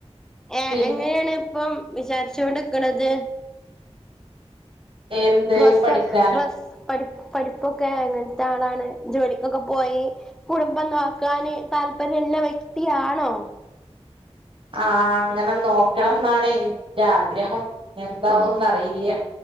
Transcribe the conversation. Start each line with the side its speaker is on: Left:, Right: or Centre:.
Centre: എഹ്
Right: പിന്നെ
Centre: എങ്ങനേണ് ഇപ്പം വിചാര്ച്ച് കൊണ്ട്ക്ക്ണത്
Right: എന്ത്
Centre: ബ്ര സ്സ
Right: പഠിക്കാന്
Centre: ബസ്സ് പഠി പഠിപ്പൊക്കെ എങ്ങൻത്താളാണ് ജോലിക്കൊക്കെ പോയി കുടുംബം നോക്കാന് താല്പര്യള്ള വ്യക്തിയാണോ
Right: ആഹ് അങ്ങനെ നോക്കണംന്നാണ് ഇന്റെ ആഗ്രഹം എന്താവുംന്നറിയില്ല
Centre: ആഹ്